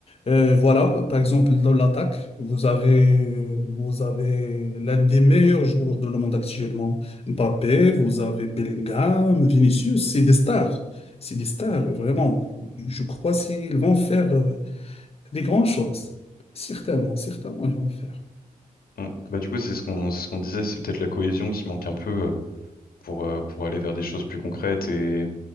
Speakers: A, on the left; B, on the left.
A: euh, voilà, par exemple, dans l'attaque, vous avez, vous avez l'un des meilleurs joueurs de le monde actuellement, Mbappé, vous avez Bellingham, Vinicius, c'est des stars, c'est des stars, vraiment, je crois qu'ils vont faire, euh, des grandes choses, certainement, certainement, ils vont faire.
B: Mm. Bah du coup, c'est ce qu'on c'est ce qu'on disait, c'est peut-être la cohésion qui manque un peu euh, pour euh, pour aller vers des choses plus concrètes et